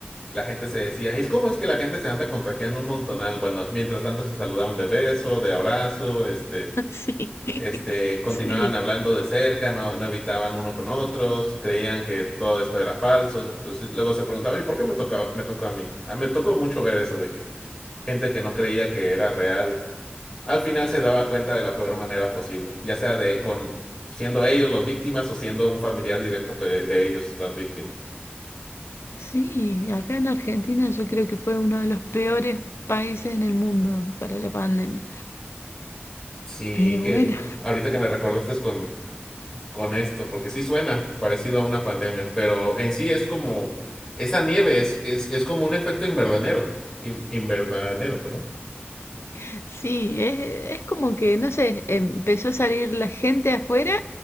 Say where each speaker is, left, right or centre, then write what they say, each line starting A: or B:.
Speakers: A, on the left; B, on the left.
A: la gente se decía, es cómo es que la gente se anda contagiando un montonal cuando mientras tanto se saludaban de beso, de abrazo, este,
B: Sí,
A: Este, continuaban
B: sí.
A: hablando de cerca, no, no evitaban uno con otros, creían que todo esto era falso. Entonces luego se preguntaba, ¿y por qué me tocó, me tocó a mí? Ah, me tocó mucho ver eso de que gente que no creía que era real, al final se daba cuenta de la peor manera posible, ya sea de con siendo ellos las víctimas o siendo un familiar directo que- de, ellos las víctimas.
B: Sí, acá en Argentina yo creo que fue uno de los peores países en el mundo para la pandemia.
A: Sí,
B: Pero
A: que
B: bueno,
A: ahorita que me recordaste es con con esto, porque sí suena parecido a una pandemia, pero en sí es como, esa nieve es, es, es como un efecto invernadero, in- invernadero, perdón.
B: <laughs> sí, es, es como que, no sé, empezó a salir la gente afuera